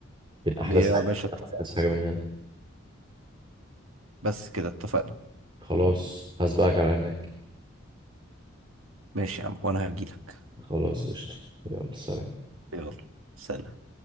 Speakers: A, on the right; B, on the right.
A: بين احدث
B: يا
A: حاجة
B: باشا اتفقنا
A: احدث حاجة من هنا
B: بس كده اتفقنا
A: خلاص هسبقك على هناك
B: ماشي يا عم وانا هجيلك
A: خلاص قشطة يلا سلام
B: يلا سلام